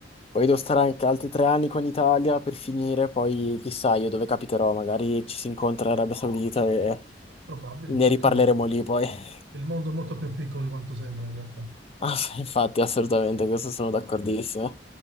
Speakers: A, on the left; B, on the right.
A: poi devo stare anche altri tre anni qua in Italia per finire, poi chissà io dove capiterò, magari ci si incontra in Arabia Saudita e
B: Probabile,
A: ne
B: perché
A: riparleremo
B: no?
A: lì poi. <laughs>
B: Il mondo è molto più piccolo di quanto sembra in realtà.
A: Ah, sì, infatti, assolutamente, questo sono d'accordissimo.